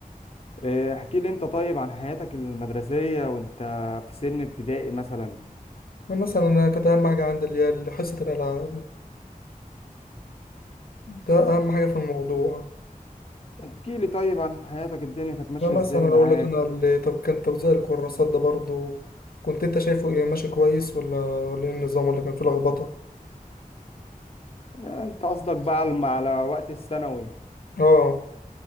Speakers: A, on the left; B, on the left.
A: آه، احكي لي أنت طيب عن حياتك المدرسية وأنت في سن ابتدائي مثلا
B: أنا مثلا أنا كانت أهم حاجة عندي اللي هي حصة الألعاب ده أهم حاجة في الموضوع
A: احكي لي طيب عن حياتك الدنيا كانت ماشية
B: أنا مثلا
A: ازاي معاك
B: أقول لك أنا اللي طب كان توزيع الكراسات ده برضو كنت أنت شايفه إيه ماشي كويس ولا ولا إيه النظام ولا كان فيه لخبطة؟
A: آه، انت قصدك بقى على على وقت الثانوي
B: آه